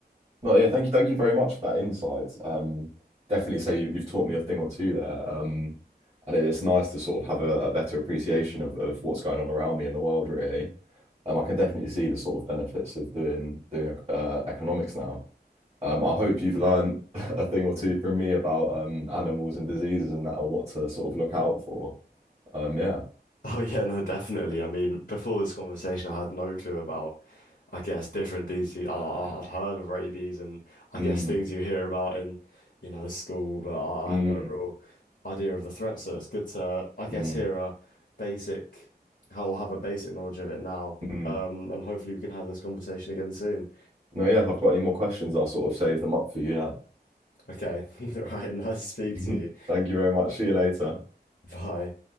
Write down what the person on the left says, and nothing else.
Oh yeah, no, definitely. I mean, before this conversation, I had no clue about I guess different things you, I, I- I'd heard of rabies and I
guess things you hear about in, you know, school, but I,
I had no real idea of the threat. So it's good to, I guess,
hear a basic, how I'll have a basic knowledge of it now.
Um, and hopefully we can have this conversation again soon.
Okay. <laughs> Right. Nice to speak
to you.
Bye.